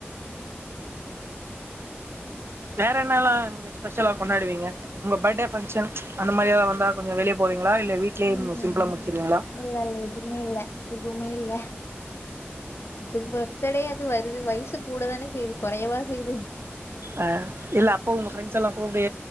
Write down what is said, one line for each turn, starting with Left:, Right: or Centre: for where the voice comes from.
Right: வேற என்னால அங்க ஸ்பெஷலா கொண்டாடுவீங்க உங்க பர்த்டே ஃபங்க்ஷன் அந்த மாதிரி எதா வந்தா கொஞ்சோ வெளிய போவீங்களா இல்ல வீ ட்லே
Left: ம்
Right: சிம்ப்ளா
Left: ம்
Right: முடிச்சிருவீங்ளா
Left: ம் இல்ல இல்ல எதுமே இல்ல எதுமே இல்ல அது பர்த்தடே அது வருது வயசு கூட தானே செய்யுது கொறையவா செய்யுது
Right: ஆ இல்ல அப்போ உங்க ஃப்ரெண்ட்ஸ் எல்லா கூப்ட்டு